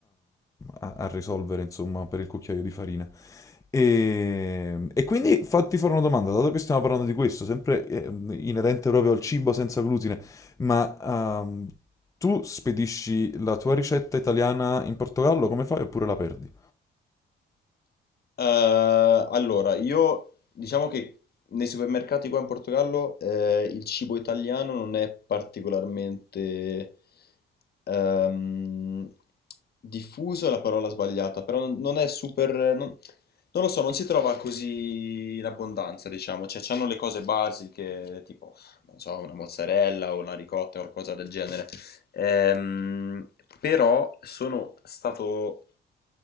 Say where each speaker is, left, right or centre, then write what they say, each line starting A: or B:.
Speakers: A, on the left; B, on the left.
A: a a risolvere, insomma, per il cucchiaio di farina. E, e quindi fatti fare una domanda, dato che stiamo parlando di questo, sempre eh, inerente proprio al cibo senza glutine, ma ehm, tu spedisci la tua ricetta italiana in Portogallo, come fai oppure la perdi?
B: Eh, allora, io diciamo che nei supermercati qua in Portogallo eh, il cibo italiano non è particolarmente ehm, diffuso, è la parola sbagliata, però non, non è super... Non, non lo so, non si trova così in abbondanza, diciamo, cioè c'hanno le cose basiche, tipo, non so, una mozzarella o una ricotta o qualcosa del genere. Ehm, però sono stato